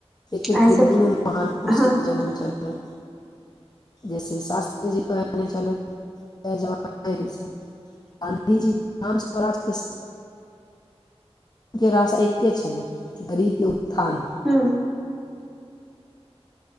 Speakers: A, on the left; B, in the centre.
A: एके
B: आइ
A: दिन
B: सखी
A: दुनू महान पुरुषके
B: हँ
A: जन्म छलनि जैसे शास्त्रजीक कहने छलैथ जय जवान जय किसान गाँधी जी के नामसँ स्वराजके स्थ गाँधीजीके रास्ता एके छलै गरीबके उत्थान
B: हूँ